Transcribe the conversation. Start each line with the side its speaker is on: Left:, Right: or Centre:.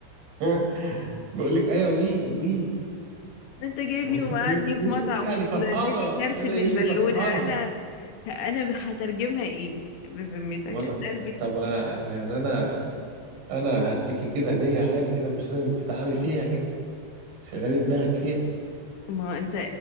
Right: <laughs> بقول لك ايوه وي وي
Left: ما انت جايبني
Right: وانت
Left: ومقعدني
Right: بتقولي وي
Left: في مطعم
Right: يعني
Left: ونزل
Right: فرحانة
Left: لي
Right: قلت
Left: كارت
Right: لها
Left: من
Right: ايه اللي
Left: بالونه
Right: فرحانة؟
Left: انا انا ب- هترجمها ايه بذمتك
Right: وانا
Left: هترجم
Right: طب يعني انا انا هديكي كده هدية عادي كده مش لازم تتعبي فيها كده شغلي دماغك فيها
Left: ما هو انت